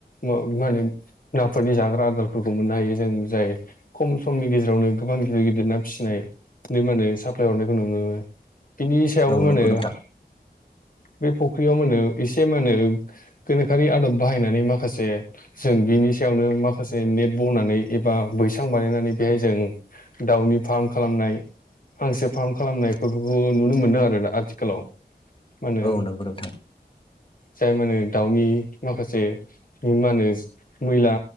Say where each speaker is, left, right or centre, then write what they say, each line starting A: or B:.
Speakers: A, on the left (about 55°); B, on the left (about 30°).
A: मा होनो नाफोरनि जाग्रा आदारफोरखौ मोननो हायो जों जाय खम समनि गेजेरावनो गोबां गिदिर गिदिर ना फिसिनाय माने होनो साप्लाय हरनायखौ नुनो मोन बिनि सायावबो
B: औ
A: मा
B: नंगौ
A: होनो
B: नोंथां
A: बे फख्रियाव माने एसे मानो गोनोखोरि आदब बाहायनानै माखासे जों बिनि सायावनो माखासे नेट बनानै एबा बैसां बानायनानै बेहाय जों दाउनि फार्म खालामनाय फांसे फार्म खालामनायफोरखौ नुनो मोनदों आरोना आथिखालाव मा होनो
B: औ नंगौ नोंथां
A: जाय मानो दाउनि माखासे मा होनो मैला